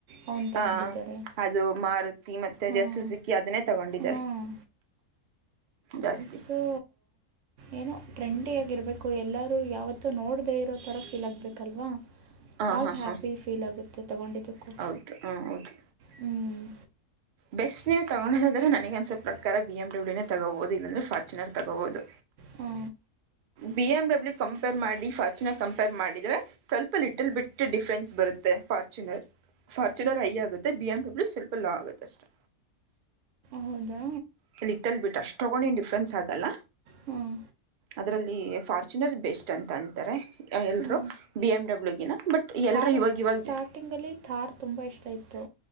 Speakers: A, on the right (about 65°); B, on the right (about 80°).
A: ಅವನು ತಗೊಂಡಿದ್ದಾರೆ
B: ಹಾ ಅದು ಮಾರುತಿ ಮತ್ತೆ
A: ಹಾಂ
B: ಅದ ಸುಸುಕಿ ಅದನ್ನೇ ತಗೊಂಡಿದ್ದಾರೆ
A: ಹಾಂ
B: ಜಾಸ್ತಿ
A: ಸೊ ಏನೋ ಟ್ರೆಂಡಿಯಾಗಿರಬೇಕು ಎಲ್ಲರೂ ಯಾವತ್ತೂ ನೋಡದೇ ಇರೋ ಥರ ಫೀಲ್ ಆಗಬೇಕಲ್ವಾ
B: ಹಾ
A: ಆಗ
B: ಹಾ
A: ಹ್ಯಾಪಿ
B: ಹಾ
A: ಫೀಲ್ ಆಗುತ್ತೆ ತಗೊಂಡಿದ್ದಕ್ಕೂ
B: ಹೌದು ಹಾ ಹೌದು
A: ಹ್ಮ್
B: ಬೆಸ್ಟ್ ನೀವು ತಗೋದಾದ್ರೆ ನನಗ ಒಂದಸವಪ ಪ್ರಕಾರ ಬಿ ಎಮ ಬ್ಲ್ಯೂನ ತಗೋಬಹುದು ಇಲ್ಲಂದ್ರೆ ಾರ್ಚುನರ್ ತಗೋಬಹುದು
A: ಹಾ
B: ಬಿ ಎಮ್ ಡಬ್ಲ್ಯೂ ಕಂಪೇರ್ ಮಾಡಿ ಫಾರ್ಚುನರ್ ಕಂಪೇರ್ ಮಾಡಿದರೆೆ ಸ್ವಲ್ಪ ಲಿಟ್ಲ್ ಬಿಟ್ಟು ಡಿಫ್ರೆನ್ಸ್ ಬರುತ್ತೆ ಫಾರ್ಚುನರ್ ಫಾರ್ಚುನರ್ ಐ ಆಗುತ್ತೆ ಬಿ ಎಮ್ ಡಬ್ಲ್ಯೂ ಸ್ವಲ್ಪ ಲೋ ಆಗುತ್ತೆಷ್ಟೆ
A: ಹೌದಾ
B: ಅಲ್ಲಿ ಇಟ್ಟಲ್ಲಿ ಬಿಟ್ಟು ಅಷ್ಟೊಗೊಂಡ ನೀ ಡಿಫ್ರನ್ಸ್ ಆಗಲ್ಲ
A: ಹ್ಮ್
B: ಅದರಲ್ಲಿ ಫಾರ್ಚುನರ್ ಬೆಸ್ಟ್ ಅಂತ ಅಂತಾರೆ ಎಲ್ಲರೂ
A: ಹ್ಞೂ
B: ಬಿ ಎಮ್ ಡಬ್ಲ್ಯೂಗಿನ ಬಟ್
A: ಥಾರ್
B: ಎಲ್ಲರೂ ಇವಾಗ ಇವಾಗ
A: ಸ್ಟಾರ್ಟಿಂಗಲ್ಲಿ
B: ಜ
A: ಥಾರ್ ತುಂಬ ಇಷ್ಟ ಇತ್ತು